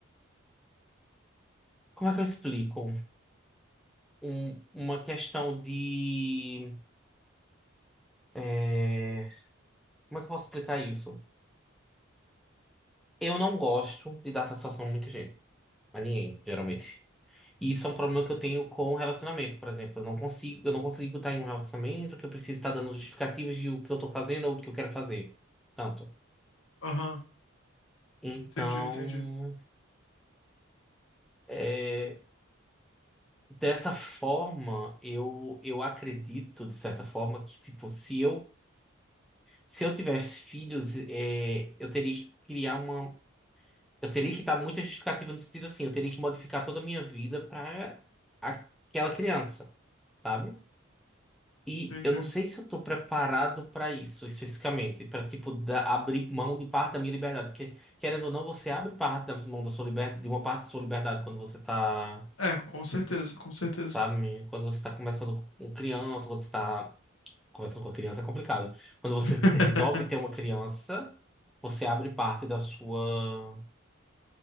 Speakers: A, in the centre; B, on the left.
A: Como é que eu explico? Um- uma questão de... é, Como é que eu posso explicar isso? Eu não gosto de dar satisfação a muita gente, a ninguém, geralmente. E isso é um problema que eu tenho com o relacionamento, por exemplo. Eu não consigo, eu não consigo estar em um relacionamento que eu preciso estar dando justificativas de o que eu estou fazendo ou do que eu quero fazer. Tanto.
B: Aham,
A: Então,
B: entendi, entendi,
A: é, dessa forma, eu, eu acredito, de certa forma, que, tipo, se eu, se eu tivesse filhos, é, eu teria que criar uma. Eu teria que dar muita justificativa no sentido assim, eu teria que modificar toda a minha vida para aquela criança, sabe? E
B: entendi.
A: eu não sei se eu tô preparado para isso especificamente, para tipo da- abrir mão de parte da minha liberdade, porque querendo ou não, você abre parte da mão da sua liberdade, de uma parte da sua liberdade quando você tá,
B: É, com certeza, com certeza.
A: sabe, quando você tá começando com criança, quando você tá conversando com a criança é complicado. Quando você
B: <laughs>
A: resolve ter uma criança, você abre parte da sua